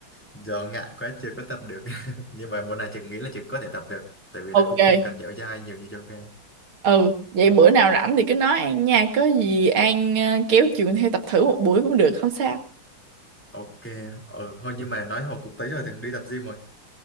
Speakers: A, in the centre; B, on the right.
A: do ngại quá chưa có tập được <laughs> nhưng mà mùa này chị nghĩ là chị có thể tập được tại vì
B: Ok.
A: nó cũng không cần dẻo dai nhiều như yoga
B: Ừ, vậy bữa nào rảnh thì cứ nói An nha, có gì An ờ, kéo trường theo tập thử một buổi cũng được, không sao.
A: ok ừ thôi nhưng mà nói hồi cũng tới rồi từng đi tập gym rồi